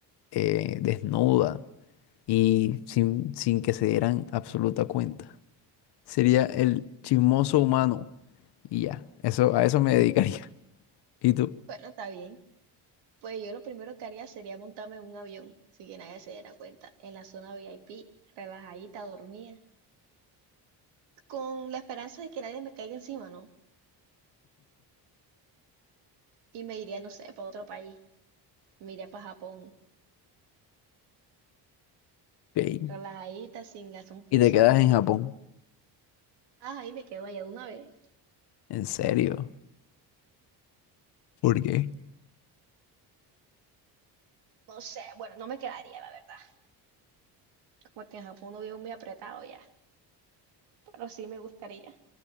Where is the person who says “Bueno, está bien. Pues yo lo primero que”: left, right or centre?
Right